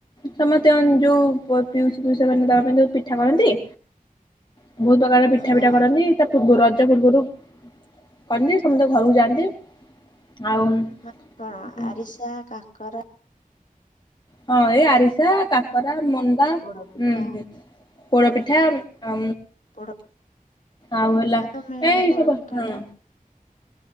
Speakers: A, on the left; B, on the left.
A: ସମସ୍ତେ ଅନ୍ ଯୋଉ ପ- ପିଉସି, ପିଉସା ମାନେ ଦବା ପାଇଁ ଯୋଉ ପିଠା କରନ୍ତି ବୋହୁତ୍ ପ୍ରକାର ପିଠା
B: ହଁ
A: ଫିଠା କରନ୍ତି, ତା ପୂର୍ବରୁ ରଜ ପୂର୍ବରୁ କରନ୍ତି ସମସ୍ତେ ଘରକୁ ଯାଆନ୍ତି। ଆଉ
B: ମା-କଣ
A: ହଁ
B: ଆରିସା କାକରା
A: ହଁ ଏଇ ଆରିସା କାକରା ମଣ୍ଡା,
B: ପୋଡ ପିଠା
A: ହୁଁ ହୁଁ। ପୋଡପିଠା ଆ
B: ପୋଡ
A: ଆଉ
B: ପିଠା
A: ହେଲା,
B: ତ ମେନ୍
A: ହଁ।
B: ପୋଡ ପିଠା